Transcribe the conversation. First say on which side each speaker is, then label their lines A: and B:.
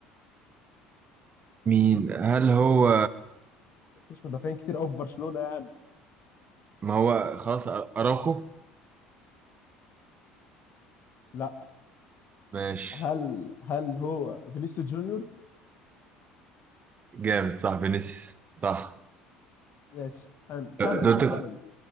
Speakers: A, on the right; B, on the left.
A: مين هل هو
B: مفيش مدافعين كتير قوي في برشلونه يعني
A: ما هو خلاص أراخو
B: لا
A: ماشي
B: هل هل هو فينيسيوس جونيور
A: جامد صح فينيسيوس صح
B: ماشي حلو
A: أنت
B: سهله
A: قلت
B: دي كانت
A: اه
B: سهله دي